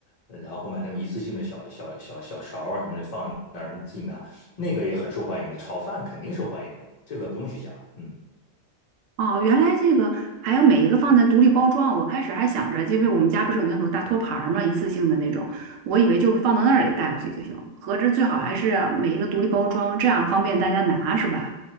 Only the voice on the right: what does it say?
哦，原来这个还要每一个放在独立包装。我开始还想着，因为我们家不是有那种大托盘儿嘛，一次性的那种，我以为就放到那里带过去就行。合着最好还是每一个独立包装，这样方便大家拿，是吧？